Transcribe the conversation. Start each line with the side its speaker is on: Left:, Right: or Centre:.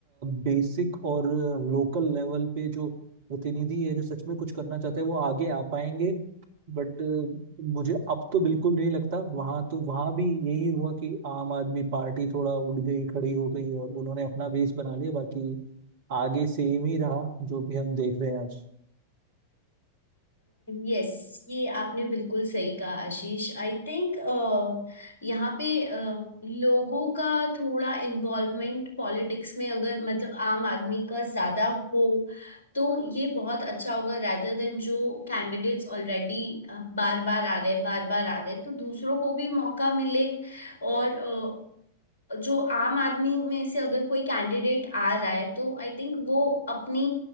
Right: बेसिक और लोकल लेवल पे जो प्रतिनिधि है जो सच में कुछ करना चाहते हैं वो आगे आ पाएंगे बट मुझे अब तो बिल्कुल नहीं लगता वहां तो वहां भी यही हुआ कि आम आदमी पार्टी थोड़ा उठ गई खड़ी हो गई और उन्होंने अपना बेस बना लिया बाकी आगे सेम ही रहा जो भी हम देख रहे हैं आज
Left: यस ये आपने बिल्कुल सही कहा आशीष आई थिंक यहाँ पे uh, लोगों का थोड़ा इन्वॉल्वमेंट पॉलिटिक्स में अगर मतलब आम आदमी का ज्यादा हो तो ये बहुत अच्छा होगा rather देन जो कैंडिडेट्स ऑलरेडी बार बार आ रहे बार बार आ रहे तो दूसरों को भी मौका मिले और uh, जो आम आदमी में से अगर कोई कैंडिडेट आ रहा है तो आई थिंक वो अपनी